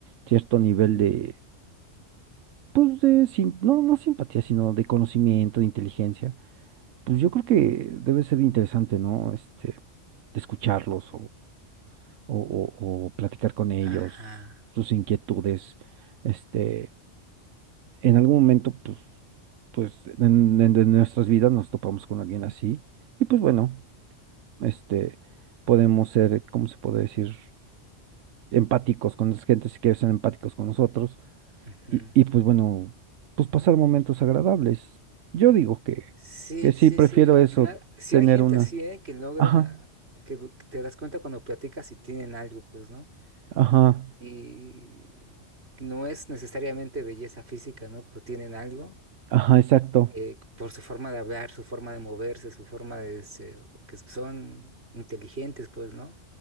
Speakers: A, on the right; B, on the right.
A: cierto nivel de, pues de, sim- no, no simpatía, sino de conocimiento, de inteligencia. Pues yo creo que debe ser interesante, ¿no? Este, de escucharlos o, o, o, o platicar con ellos,
B: Ajá.
A: sus inquietudes, este en algún momento, pues, pues en, en- en nuestras vidas nos topamos con alguien así y pues bueno, este, podemos ser, ¿cómo se puede decir? Empáticos con las gentes si quieren ser empáticos con nosotros
B: ujú.
A: y, y pues bueno, pues pasar momentos agradables. Yo digo que,
B: Sí,
A: que sí,
B: sí,
A: prefiero
B: sí. Al
A: eso,
B: final, sí
A: tener
B: hay gente
A: una.
B: así, ¿eh? Que logra,
A: Ajá,
B: que du- que te das cuenta cuando platicas si tienen algo, pues, ¿no?
A: ajá,
B: Y no es necesariamente belleza física, ¿no? Pero tienen algo.
A: ajá, exacto.
B: eh, por su forma de hablar, su forma de moverse, su forma de... este, o que son inteligentes, pues, ¿no?